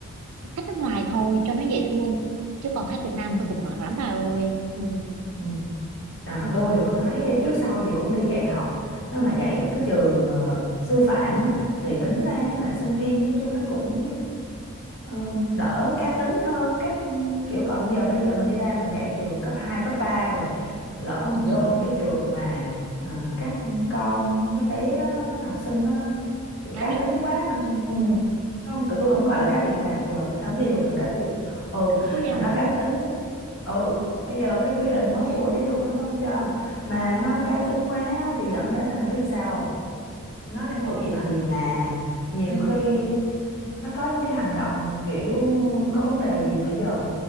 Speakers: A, on the right (about 80°); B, on the left (about 55°).
A: ờ, khách nước ngoài thôi cho nó dễ thương chứ còn khách Việt Nam
B: Ừ.
A: tôi cũng ngại lắm bà ơi ừ,
B: Ừ. À,
A: ừ,
B: tôi thì tôi thấy trước sau gì cũng đi dạy học nếu mà dạy ở cái trường ờ, sư phạm á thì tính ra là sinh viên nói chung nó cũng ừ, đỡ cá tính hơn các kiểu còn giờ bây giờ mình đi ra mình dạy trường cấp 2 cấp 3 rồi lỡ
A: ừ,
B: mình vô những cái trường mà à, các con các bé nó học sinh nó kiểu
A: cá
B: cá
A: biệt
B: tính quá
A: ừ,
B: mà ừ.
A: ừ.
B: không tụi tôi không gọi là cá biệt bà giờ người ta không cho dùng từ cá biệt ừ
A: Ủa vậy
B: mà
A: hả
B: nó cá tính ừ ừ.
A: ừ,
B: bây giờ cái quy định mới của Bộ Giáo dục đó, nó không cho mà nó cá tính quá á, thì dẫn đến là bà biết làm sao nó đang
A: chà
B: tuổi dậy thì mà nhiều
A: ừ.
B: khi nó có những cái hành động kiểu có vấn đề gì mà giờ